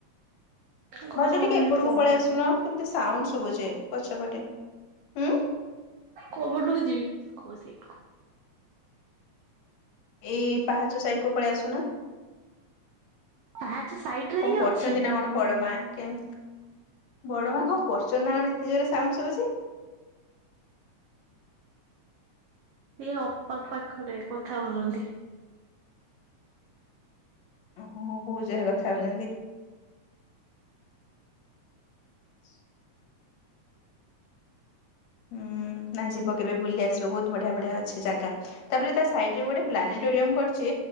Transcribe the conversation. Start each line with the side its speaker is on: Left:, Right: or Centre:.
Right: ଗରମ
Left: ଭାଉଜ ଟିକେ
Right: ହଉନି
Left: ଏପଟକୁ
Right: ପ୍ରବଳ।
Left: ପଳି ଆସୁନ କେମିତି ସାଉଣ୍ଡ୍ ଶୁବୁଛି ପଛପଟେ। ହୁଁ
Right: କୋଉପଟକୁ ଯିବି କୋଉସୀ।
Left: ଏଇ ପାହାଚ ସାଇଟ୍ କୁ ପଳି ଆସୁନା।
Right: ପାହାଚ ସାଇଡ ରେ
Left: କଣ
Right: ହିଁ
Left: କରୁଛନ୍ତି
Right: ଅଛି।
Left: ନା କଣ ବଡ଼ମା? କେମ୍ତି ବଡ଼ ମା କଣ କରଚନ୍ତି ନା କଣ ଏତେ ଜୋରେ ସାଉଣ୍ଡ୍ ସୁବୁଚି?
Right: ସିଏ ଅପା ପାଖରେ କଥା ହୋଉଚନ୍ତି।
Left: ଓହୋ ବୋଉ ଜୋରେ କଥା ହୋଉଚନ୍ତି। ସୁ ହୁଁ ନା ଯିବ କେବେ ବୁଲି ଆସିବ ବହୁତ ବଢିଆ ବଢିଆ ଅଛି ଜାଗା। ତାପରେ ତା ସାଇଟ୍ ରେ ଗୋଟେ ପ୍ଲାନେଟୋରିୟମ୍ କରଚି।